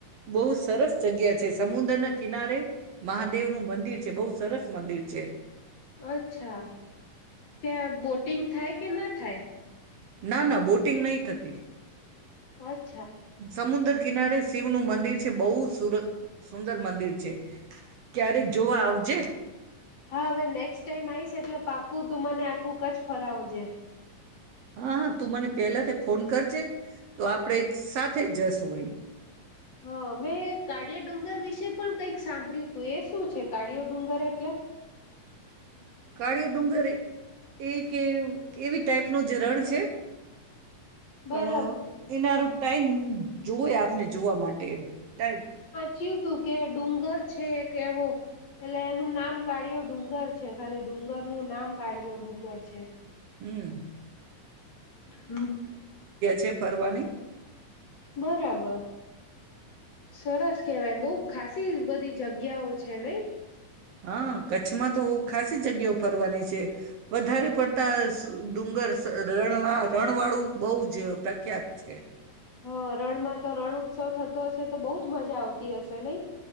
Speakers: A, on the right; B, on the left.
A: બહુ સરસ જગ્યા છે સમુદ્ર ના કિનારે મહાદેવ નું મંદિર છે બવ સરસ મંદિર છે.
B: અચ્છા ત્યાં બોટિંગ થાય કે ના થાય?
A: ના ના બોટિંગ નહી થતી.
B: <unintelligible>
A: સમુદ્ર કિનારે શિવનું મંદિર છે. બહુર સુંદર મંદિર છે. ક્યારેક જોવા આવજે.
B: હા હવે નેક્સ્ટ ટાઈમ આવીશ એટલે પાકું તું મને આખું કચછ ફરાવજે.
A: હા હા તું મને પહેલા તે ફોન કરજે. તો આપણેે સાથે જશ શું એમ.
B: હા મેં કાળી ડુંગર વિશે પણ કઈક સાંભળ્યું હતું એ શું છે કાળીયો ડુંગર એટલે?
A: કળીયો ડુંગરે એ કે એવી ટાઈપ નું જ રણ છે.
B: બરાબર
A: પણ એનારો ટાઈમ જોએ આપને જોવા માટે એમ ટાઈમ.
B: ચ્યું તું કે ડુંગર છે એક એવો એટલે એનું નામ કાઢ્યો ડુંગર છે ખાલી ડુંગર નું નામ કાઢ્યો ડુંગર છે.
A: હમ્મ.
B: હમ્મ,
A: છે ફરવાની
B: બરાબર. સરસ કેવાય બવ ખાસી બધી જગ્યાઓ છે નઈ.
A: હા કચ્છમાં તો ખાસી જગ્યા ફરવાની છે. વધારે પડતા અહ ડુંગર સ રણવા રણવાળું બહુજ પ્રખ્યાત છે.
B: હા રણમાં તો રણ ઉત્સવ થતો હશે તો બહુ જ મજા આવતી હશે નહી?